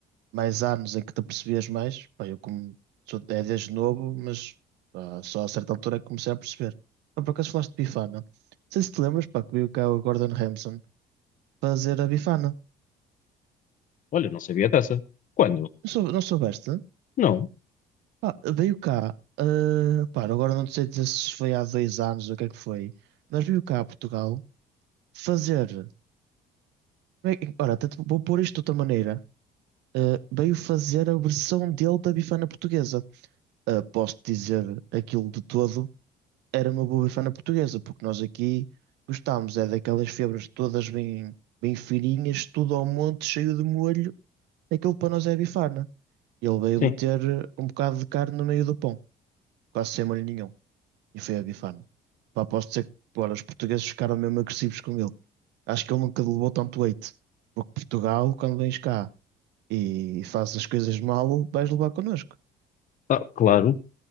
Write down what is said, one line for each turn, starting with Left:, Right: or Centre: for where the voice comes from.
Right: mais anos em que te apercebias mais. Pá, eu como sou, é desde novo, mas pá, só a certa altura é que comecei a perceber. Pá, por acaso falaste de Bifana. Não sei se te lembras, pá, que veio cá o Gordon Ramsay fazer a Bifana.
Left: Olha, não sabia dessa. Quando?
Right: Não, sou, não soubeste? né?
Left: Não.
Right: Pá, veio cá, ah, pá, agora não sei dizer se foi há dois anos ou o que é que foi, mas veio cá a Portugal fazer. como é que- Ora, até te vou pôr isto de outra maneira. Ah, veio fazer a versão dele da Bifana portuguesa. Ah, posso dizer aquilo de todo. era uma boa bifana portuguesa, porque nós aqui gostámos, é daquelas febras todas bem, bem fininhas, tudo ao monte, cheio de molho, aquilo para nós é bifana. Ele veio
Left: Sim.
Right: meter um bocado de carne no meio do pão, quase sem molho nenhum, e foi a bifana. Pá, posso dizer que pô, os portugueses ficaram mesmo agressivos com ele. Acho que ele nunca levou tanto leite, porque Portugal, quando vens cá e fazes as coisas mal, vais levar connosco.
Left: Ah, claro.